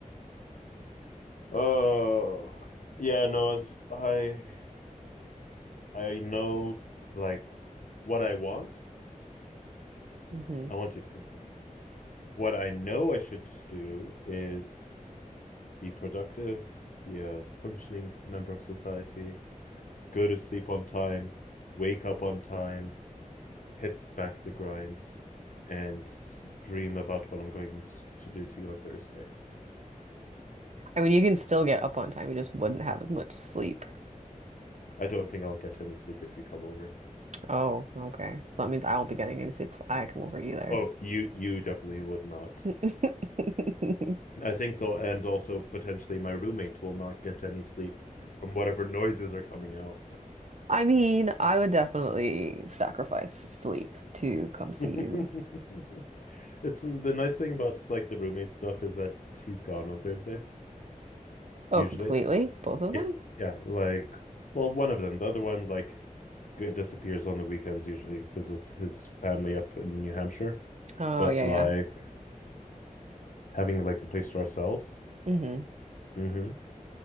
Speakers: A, on the left; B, on the right.
A: <laughs> oh yeah, no, as I I know like what I want.
B: hmm
A: I want you to come over. What I know I should do is be productive, be a functioning member of society, go to sleep on time, wake up on time, hit back the grinds, and dream about what I'm going to do to you on Thursday.
B: I mean, you can still get up on time. You just wouldn't have as much sleep.
A: I don't think I'll get any sleep if you come over.
B: Oh, okay. So that means I won't be getting any sleep if I come over either.
A: Oh, you you definitely would not.
B: <laughs>
A: I think though, and also potentially my roommate will not get any sleep from whatever noises are coming out.
B: I mean, I would definitely sacrifice sleep to come see
A: <laughs>
B: you.
A: It's the nice thing about like the roommate stuff is that he's gone on Thursdays,
B: Oh,
A: usually.
B: completely? Both of
A: Yeah,
B: them?
A: yeah. Like, well, one of them. The other one, like, g- disappears on the weekends. Usually visits his family up in New Hampshire.
B: Oh,
A: But
B: yeah,
A: like having like the place to ourselves.
B: yeah. hmm
A: Mm-hmm.